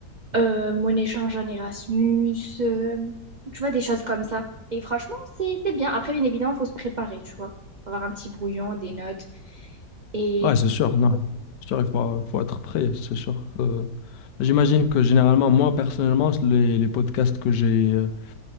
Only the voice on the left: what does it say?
Ouais,
c'est sûr,
non. C'est sûr, il faut, faut être prêt, c'est sûr que. J'imagine que généralement, moi personnellement, les, les podcasts que j'ai, euh,